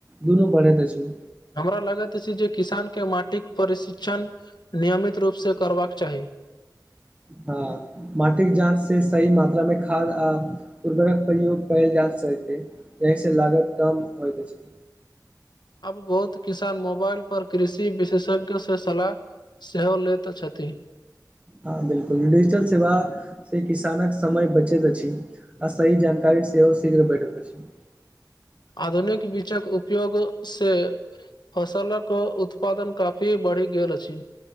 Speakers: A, on the right; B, on the left.
A: दुनू बढ़ैत अछि।
B: हमरा लगैत अछि जे किसान के माटिक प्रशिक्षण नियमित रूप से करबाक चाही।
A: हँ माटिक जाँच से सही मात्रा मे खाद आ उर्वरक प्रयोग कयल जा सकै। एहिसे लागत कम होइत अछि।
B: आब बहुत किसान मोबाइल पर कृषि विशेषज्ञ सँ सलाह सेहो लैत छथि।
A: हँ बिलकुल डिजिटल सेवा से किसानक समय बचैत अछि। आ सही जानकारी सेहो शीघ्र भेटैत अछि।
B: आधुनीक बीचक उपयोग से फसलक उत्पादन काफी बढ़ी गेल अछि।